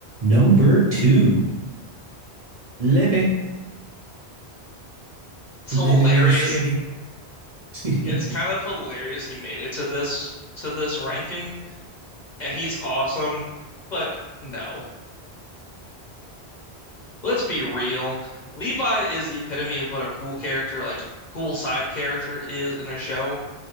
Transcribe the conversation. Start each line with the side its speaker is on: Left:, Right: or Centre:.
Right: Number two, Levy.
Left: It's
Right: Levy
Left: hilarious.
Right: with a Chevy. <laughs>
Left: It's kind of hilarious he made it to this to this ranking, and he's awesome. But no, let's be real. Levi is the epitome of what a cool character, like cool side character, is in a show.